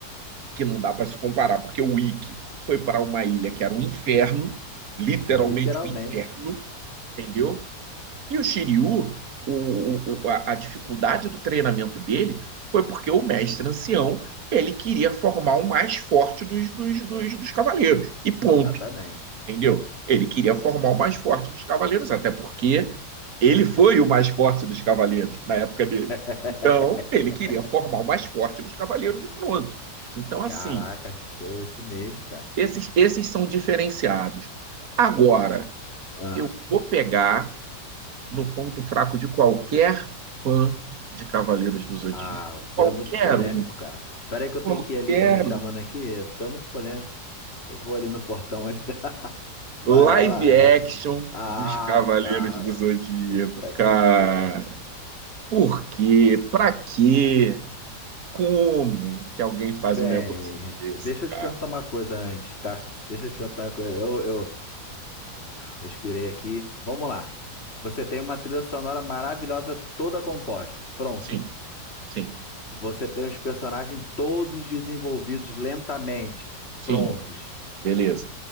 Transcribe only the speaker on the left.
Pô, literalmente.
Exatamente.
<laughs>
Caraca, show, isso mesmo, cara.
ah
Ah,
tu é muito polêmico,
cara. Pera aí que eu
tenho que ir ali, estão me chamando
aqui. Tu é muito polêmico. Eu vou ali no portão ali. <laughs> Vai,
vai lá.
Ai,
cara.
Puta
que merda.
Bem,
deixa
eu te perguntar uma coisa antes, tá? Deixa eu te perguntar uma coisa. Eu, eu respirei aqui. Vamos lá. Você tem uma trilha sonora maravilhosa, toda composta, pronta.
Você tem os personagens todos desenvolvidos lentamente,
prontos.